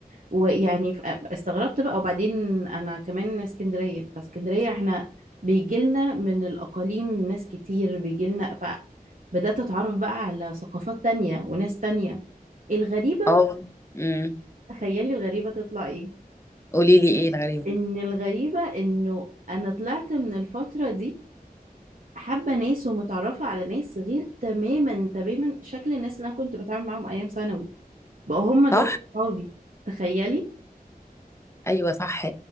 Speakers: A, on the right; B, on the left.
A: ويعني ف- استغربت بقى وبعدين انا كمان اسكندريه فاسكندريه احنا بيجيلنا من الاقاليم ناس كتير بيجيلنا فبدات اتعرف بقى على ثقافات تانية وناس تانية الغريبه
B: أه أمم
A: تخيلي الغريبه تطلع ايه
B: قولي لي إيه الغريبة؟
A: ان الغريبه انه انا طلعت من الفتره دي حابه ناس ومتعرفه على ناس غير تماما تماما شكل الناس اللي انا كنت بتعامل معاهم ايام ثانوي بقى هم دول
B: صح؟
A: صحابي تخيلي
B: ايوه صح